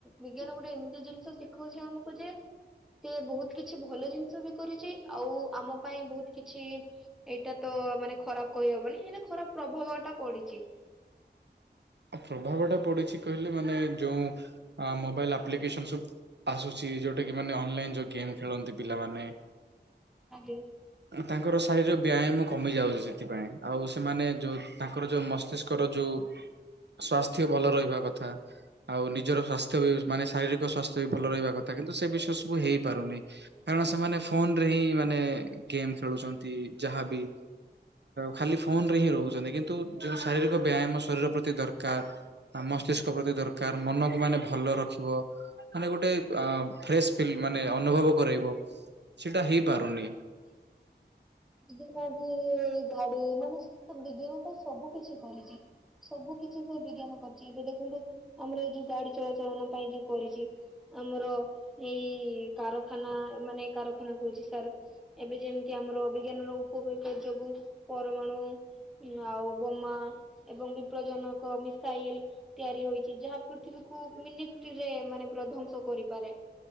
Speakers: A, in the centre; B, on the right (about 70°).
A: ବିଜ୍ଞାନ ଗୋଟେ ଏମିତି ଜିନିଷ ଶିଖଉଛି ଆମକୁ ଯେ ସିଏ ବହୁତ କିଛି ଭଲ ଜିନିଷ ବି କରିଛି ଆଉ ଆମ ପାଇଁ ବହୁତ କିଛି ଏଇଟା ତ ମାନେ ଖରାପ କହିହବନି ହେଲେ ଖରାପ ପ୍ରଭାବ ଟା ପଡିଛି।
B: ପ୍ରଭାବଟା ପଡିଛି କହିଲେ ମାନେ ଯୋଉ ମୋବାଇଲି ଆପ୍ଲିକେସନ ସବୁ। ଆସୁଛି ଯୋଉଟା କି ମାନେ ଅନଲାଇନ ଯଉ ଗେମ ଖେଳନ୍ତି ପିଲାମାନେ।
A: ହାଲୋ।
B: ତାଙ୍କର ଶାରୀର ବ୍ୟାୟାମ କମି ଯାଉଛି ସେଥିପାଇଁ ଆଉ ସେମାନେ ଯୋଉ ତାଙ୍କର ଯେଉଁ ମସ୍ତିଷ୍କର ଯୋଉ ସ୍ଵାସ୍ଥ୍ୟ ଭଲ ରହିବା କଥା। ଆଉ ନିଜର ସ୍ୱାସ୍ଥ୍ୟ ବି ମାନେ ଶାରୀରିକ ସ୍ୱାସ୍ଥ୍ୟ ଭଲ ରହିବା କଥା କିନ୍ତୁ ସେ ବିଷୟ ସବୁ ହେଇପାରୁନି। କାରଣ ସେମାନେ ଫୋନ ରେ ହିଁ ମାନେ ଗେମ ଖେଳୁଛନ୍ତି। ନ୍ତି ଯାହାବି ଖାଲି ଫୋନ ରେ ହିଁ ରହୁଛନ୍ତି। କିନ୍ତୁ ଯୋଉ ଶାରୀରିକ ବ୍ୟାୟାମ ଶରୀର ପ୍ରତି ଦରକାର ମସ୍ତିଷ୍କ ପ୍ରତି ଦରକାର ମନକୁ ମାନେ ଭଲ ରଖିବ। ମାନେ ଗୋଟେ ଫ୍ରେଶ ଫିଲ ମାନେ ଅନୁଭବ କରାଇବ। ସେଇଟା
A: ହ
B: ହେଇପାରୁନି
A: ଆଉ। ବିଜ୍ଞାନ ବି ଗାଡି ମାନେ ବିଜ୍ଞାନ ତ ସବୁ କିଛି କରିଛି। ସବୁ କିଛି ସେ ବିଜ୍ଞାନ କରିଛି। ଏବେ ଦେଖନ୍ତୁ ଆମର ଏଇ ଯୋଉ ଗାଡି ଚଳାଚଳନା ପାଇଁ ଯୋଉ କରିଛି। ଆମର ଏଇ କାରଖାନା ମାନେ କାରଖାନା କହୁଛି ସାର ଏବେ ଯେମିତି ଆମର ଅ ବିଜ୍ଞାନ ର ଉପକରିତା ଯୋଗୁ ପରମାଣୁ ଆଉ ବୋମା ଏବଂ ବିପଦଜନକ ମିସାଇଲ। ତିଆରି ହୋଇଛି ଯାହା ପୃଥିବୀକୁ ମିନିଟରେ ମାନେ ପୁରା ଧ୍ଵଂସ କରିପାରେ।